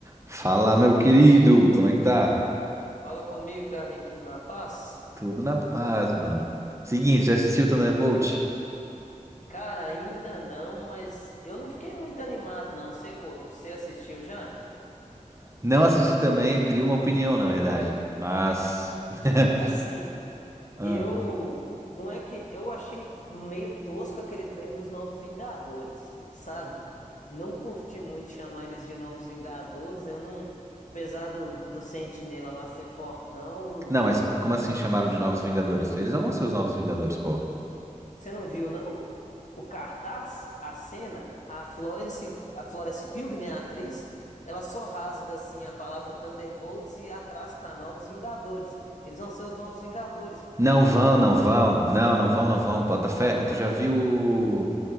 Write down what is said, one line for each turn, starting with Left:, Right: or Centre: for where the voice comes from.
Right: Fala, meu querido, como é que tá?
Left: Fala comigo, Carlinhos, tudo na paz?
Right: Tudo na paz, mano. Seguinte, já assistiu Thunderbolt?
Left: Cara, ainda não, mas eu não fiquei muito animado, não. Você, co- você assistiu já?
Right: Não assisti também, eu queria uma opinião, na verdade. Mas. <laughs>
Left: Assim,
Right: Ah.
Left: eu. Não é que. Eu achei um meio tosco aquele trem dos Novos Vingadores, sabe? Não curti muito chamar eles de Novos Vingadores. Eu não. Apesar do, do Sentinela lá ser fortão, os,
Right: Não, mas como assim chamaram
Left: os
Right: de Novos
Left: outros.
Right: Vingadores? Eles não vão ser os Novos Vingadores, pô.
Left: Você não viu, não? O cartaz, a cena, a Florence, a Florence Pugh, né, a atriz, ela só rasga assim a palavra Thunderbolts e atrás tá Novos Vingadores. Eles vão ser os Novos Vingadores, pô.
Right: Não vão, não vão. Não, não vão, não vão. Bota fé. Tu já viu o,